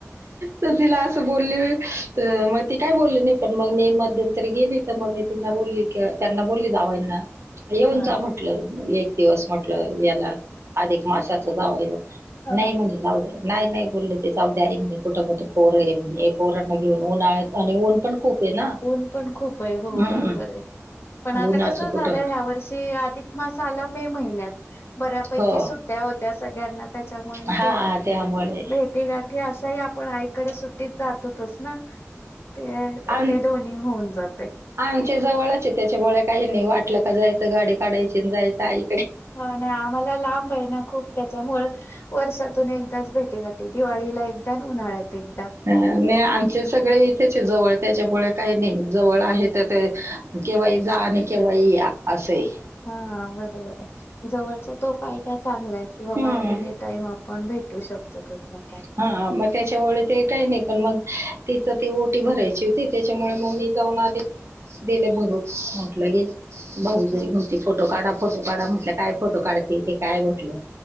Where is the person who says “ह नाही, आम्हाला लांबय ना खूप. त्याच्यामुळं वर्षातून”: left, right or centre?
Left